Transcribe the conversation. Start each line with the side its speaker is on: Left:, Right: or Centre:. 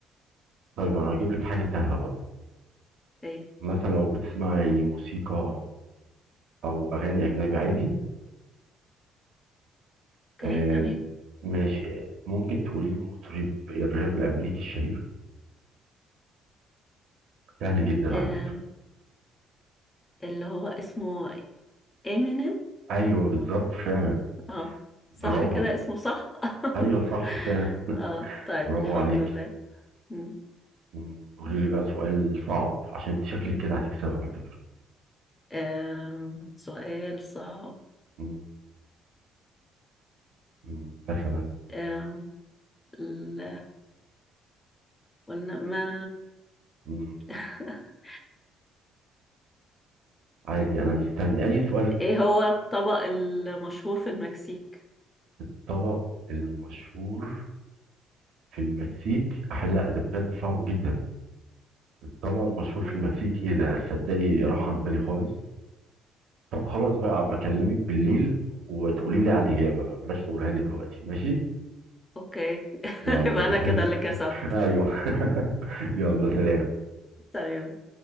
Right: طيب انا هجيب لك حاجة سهلة برضه
Left: اوكي
Right: مثلا لو بتسمعي موسيقى او اغاني اجنبي عادي
Left: اوكي
Right: آه،
Left: تمام
Right: ماشي ممكن تقولي لي مطرب الراب الامريكي الشهير سهل جدا
Left: آه.
Right: على فكره
Left: اللي هو اسمه امينيم
Right: ايوه بالظبط فعلا
Left: اه
Right: برافو
Left: صح كده اسمه صح
Right: ايوه صح
Left: <laughs>
Right: فعلا
Left: اه طيب
Right: برافو
Left: الحمد
Right: عليك
Left: لله مم.
Right: مم، قولي لي بقى سؤال صعب عشان انت شكلك كده هتكسبي على فكره
Left: آم، سؤال صعب
Right: مم، مم، مثلا
Left: آم، ال- قلنا ما
Right: مم،
Left: <laughs>
Right: عادي انا مستني اي سؤال في
Left: ايه هو الطبق المشهور في المكسيك
Right: الطبق المشهور في المكسيك أح- لا ده بجد صعب جدا الطبق المشهور
Left: مم.
Right: في المكسيك ايه ده تصدقي راح عن بالي خالص طب خلاص بقى ابقى اكلمك بالليل وتقولي لي على الاجابه بقى بلاش تقولها لي دلوقتي ماشي
Left: اوكي <laughs>
Right: يلا
Left: يبقى
Right: <laughs>
Left: انا كده اللي كسبت
Right: ايوه <laughs> يلا سلام
Left: سلام